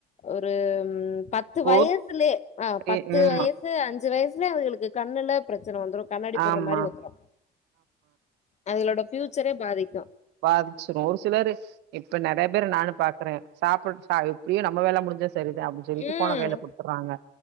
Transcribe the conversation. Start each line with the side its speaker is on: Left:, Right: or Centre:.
Left: ஒரு ம் பத்து
Right: ஃபோர்த்
Left: வயசுலே அ
Right: டே
Left: பத்து
Right: ம்
Left: வயசு அஞ்சு வயஸ்லே அவுகளுக்கு கண்ணுல ப்ரெச்சன வந்துரு கண்ணாடி போட்ற
Right: ஆமா,
Left: மாரி வந்துரு அவுகளோட ஃபியூச்சரே பாதிக்
Right: பாதிச்சிடு ஒரு சிலரு இப்ப நெறைய பேரு நானு பாக்குறே சாப்பிட் அ எப்டியு நம்ம வேல முடிஞ்சா செரிதா அப்டின் சொல்லிட்டு
Left: ம்
Right: ஃபோன கைல குத்துட்றாங்க